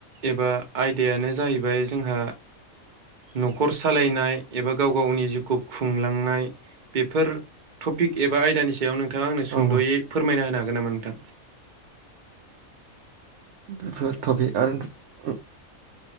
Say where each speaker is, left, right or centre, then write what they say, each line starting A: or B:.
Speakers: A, on the right (about 40°); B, on the right (about 65°).
A: एबा आयदायानो जाहैबाय जोंहा न'खर सालायनाय एबा गाव गावनि जिउखौ खुंलांनाय बेफोर टपिक एबा आयदानि सायाव नों नोंथाङा आंनो सुंदयै
B: औ औ
A: फोरमायना होनो हाग <unintelligible> गो नामा नोंथां?
B: बेफोर टपि आरो <unintelligible>